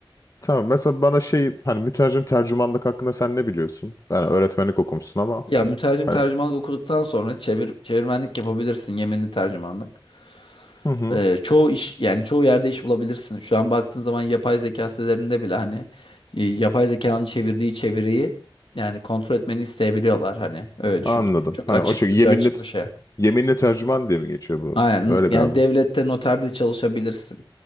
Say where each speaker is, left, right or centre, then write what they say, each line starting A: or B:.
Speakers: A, on the left (about 40°); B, on the left (about 75°).
A: Tamam mesela bana şey hani mütercim tercümanlık hakkında sen ne biliyorsun? Yani öğretmenlik okumuşsun ama
B: Ya mütercim
A: hani
B: tercümanlık okuduktan sonra çevir çevirmenlik yapabilirsin yeminli tercümanlık.
A: Hı hı.
B: Ee, çoğu iş yani çoğu yerde iş bulabilirsin. Şu an baktığın zaman yapay zeka sitelerinde bile hani e, yapay zekanın çevirdiği çeviriyi yani kontrol etmeni isteyebiliyorlar hani öyle düşün.
A: anladım.
B: Yani çok
A: Hani
B: açık
A: o şey
B: ucu
A: yeminli
B: açık bir şey.
A: yeminli tercüman diye mi geçiyor bu?
B: Aynen
A: Öyle
B: yani
A: galiba.
B: devlette
A: <laughs>
B: noterde çalışabilirsin.